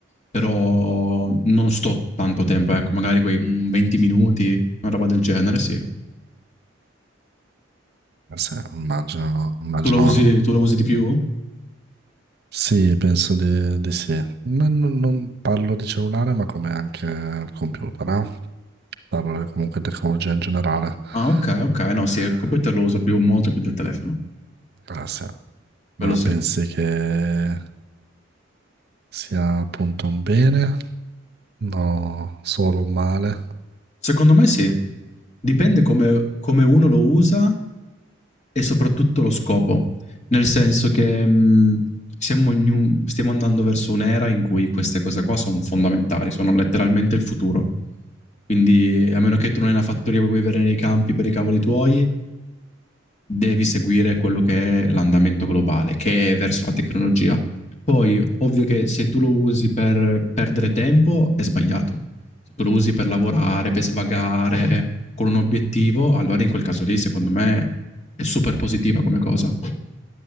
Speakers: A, on the left; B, on the right.
A: però non sto tanto tempo, ecco, magari quei mm, 20 minuti, una roba del genere, sì.
B: Sì, immagino, immagino.
A: Tu lo usi, tu lo usi di più?
B: Sì, penso di, di sì. Non, non- non parlo di cellulare, ma come anche il computer, eh? Parlo di- comunque di tecnologia in generale.
A: Ah, ok, ok. No, sì,
B: Eh,
A: il computer lo uso più, molto più del telefono.
B: ah, sì.
A: Quello
B: Ma
A: sì.
B: pensi che sia appunto un bene? No, solo un male.
A: Secondo me sì. Dipende come, come uno lo usa e soprattutto lo scopo, nel senso che mh, siamo ognu- stiamo andando verso un'era in cui queste cose qua sono fondamentali, sono letteralmente il futuro. Quindi, a meno che tu non hai una fattoria e vuoi vivere nei campi per i cavoli tuoi, devi seguire quello che è l'andamento globale, che è verso la tecnologia. Poi, ovvio che se tu lo usi per perdere tempo, è sbagliato. Se tu lo usi per lavorare, per svagare, con un obiettivo, allora in quel caso lì, secondo me, è super positiva come cosa.